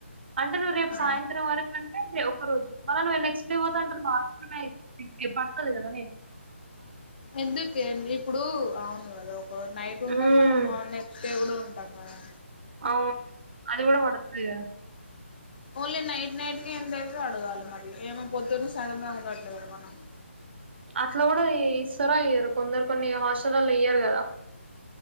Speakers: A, on the right; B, on the left.
A: అంటే నువ్వు రేపు
B: ఆ
A: సాయంత్రం వరకంటే ఒక రోజు మళ నువ్వు ఏ నెక్స్ట్ డే పోత అంటే <unintelligible> దివ్య పక్కది కద నే
B: ఎందుకే నీ ఇప్పుడు అవును కదా ఒ ఒ నైట్ ఉంటము
A: హ్మ్
B: అల మ నెక్స్ట్ డే కూడా ఉంటము కదా
A: అవును అది కూడా వడత ఇగా
B: ఓన్లీ నైట్ నైట్ కి ఎంతయితదో అడగాలి మరి ఏమో పొద్దున్న నుంచి సంతందాగా ఉండట్లే కదా మనం
A: అట్లా కూడా ఈ ఇస్తార ఇయ్యారో కొందరు కొన్ని హాస్టల్లల ఇయ్యరు కదా